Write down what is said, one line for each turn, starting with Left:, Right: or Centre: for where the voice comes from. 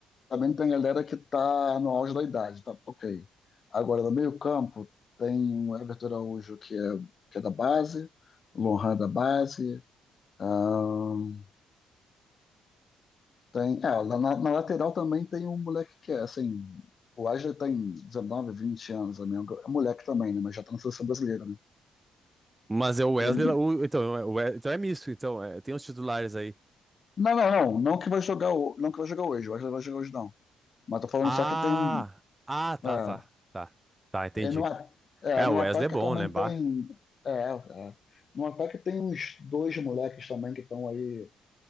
Left: também tem galera que está no auge da idade, tá ok. Agora, no meio-campo, tem o Everton Araújo, que é, que é da base, o Lohan é da base. ahn, tem, é, na, na- na lateral também tem um moleque que é assim. O Wesley tem 19, 20 anos, amigo. É moleque também, né? Mas já está na seleção brasileira, né?
Right: Mas é o Wesley,
Left: Ele-
Right: lá- o- então, é o We- então é misto, então, é, tem os titulares aí.
Left: Não, não, não. Não que vai jogar, o- não que vai jogar hoje. O Wesley vai jogar hoje, não. Mas tô falando
Right: Ah,
Left: só que tem.
Right: ah, tá,
Left: É,
Right: tá, tá, tá, entendi.
Left: E no, a- é,
Right: É,
Left: no
Right: o Wesley
Left: ataque
Right: é bom,
Left: também
Right: né, bah?
Left: tem. É, é. No ataque tem uns dois moleques também que estão aí